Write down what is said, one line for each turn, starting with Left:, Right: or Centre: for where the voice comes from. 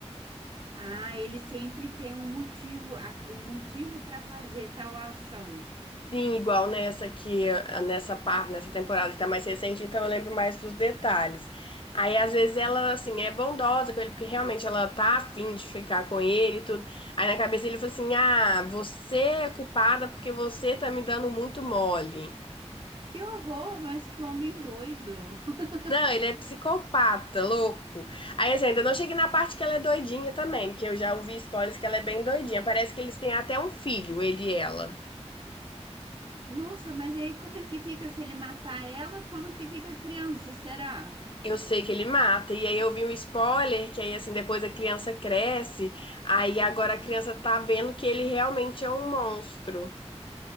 Right: Ah, ele sempre tem um motivo, a- um motivo para fazer tal ação.
Left: Sim, igual nessa que ah, nessa parte, nessa temporada que tá mais recente, então eu lembro mais dos detalhes. Aí às vezes ela assim é bondosa com ele porque realmente ela tá afim de ficar com ele e tudo. Aí na cabeça ele falou assim: "Ah, você é culpada porque você tá me dando muito mole".
Right: Que horror, mas que homem doido. <laughs>
Left: Não, ele é psicopata, louco. Aí assim, ainda não cheguei na parte que ela é doidinha também, porque eu já ouvi spoilers que ela é bem doidinha. Parece que eles têm até um filho, ele e ela.
Right: Nossa, mas e aí como é que fica se ele matar ela? Como que fica a criança, será?
Left: Eu sei que ele mata, e aí eu vi um spoiler que aí assim depois a criança cresce, aí agora a criança tá vendo que ele realmente é um monstro.